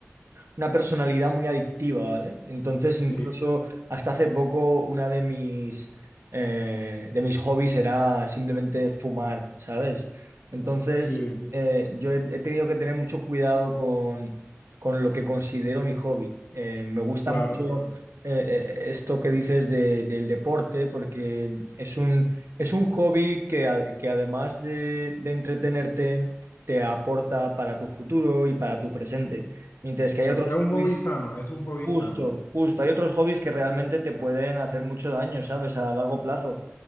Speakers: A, on the right (about 70°); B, on the left (about 70°).
A: una personalidad muy adictiva, ¿vale? Entonces,
B: sí,
A: incluso hasta hace poco, una de mis, eh, de mis hobbies era simplemente fumar, ¿sabes? Entonces,
B: sí,
A: eh, yo he, he tenido que tener mucho cuidado con, con lo que considero mi hobby. Eh, me gusta
B: claro,
A: mucho
B: claro,
A: eh, eh, esto que dices de- del deporte, porque es un, es un hobby que, a- que además de, de entretenerte, te aporta para tu futuro y para tu presente. Mientras que hay
B: claro.
A: otros
B: Es un
A: hobbies,
B: hobby sano, es un hobby
A: justo,
B: sano.
A: justo, hay otros hobbies que realmente te pueden hacer mucho daño, ¿sabes? A largo plazo.